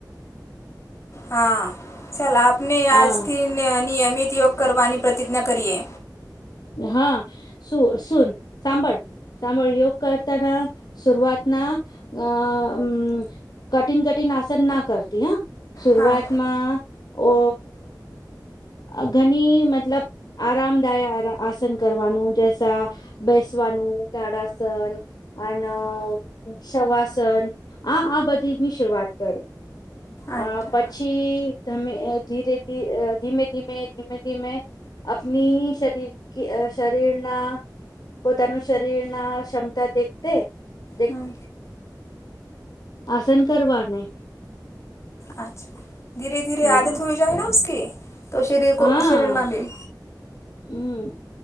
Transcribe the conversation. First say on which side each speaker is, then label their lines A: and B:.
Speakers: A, on the left; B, on the left.
A: હા ચાલ આપને
B: હા
A: આજથી નિય નિયમિત યોગ કરવાની પ્રતિજ્ઞા કરીએ.
B: હા સુું સુન સાંભળ સાંભળ યોગ કરતા ઠા શુરુઆત ના અ અમ કઠિન કઠિન આસન ના કરતી હા શરૂઆતમાં.
A: હા
B: ઓ અ ઘણી મતલબ આરામદાયક આરમ આ આસન કરવાનું જેસા ભેસવાનું તાળાસન અને શવાસન આ આ બધીની શરૂઆત કરું.
A: અચ્છા.
B: અ પછી તમે અ ધીરે ધી ધીમે ધીમે ધીમે ધીમે અપની શરીરકી શરીરના પોતાનું શરીર ના ક્ષમતા દેખતે દે.
A: હમ
B: આસન કરવાને.
A: અચ્છા ધીરે ધીરે
B: હા
A: આદત હોય જાય ન ઉસકી તો શરીર
B: હા
A: કો શરીરમાં બી.
B: હમ